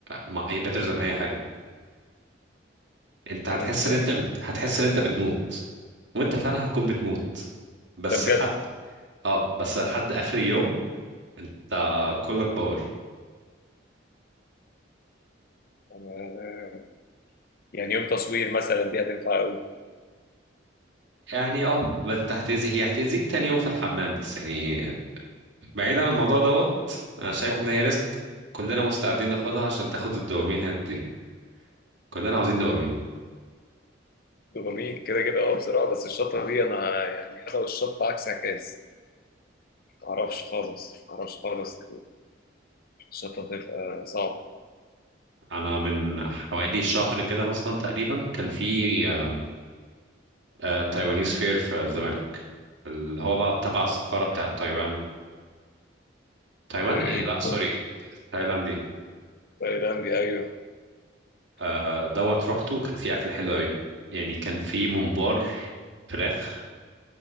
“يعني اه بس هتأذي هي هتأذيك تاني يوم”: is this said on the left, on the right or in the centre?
Right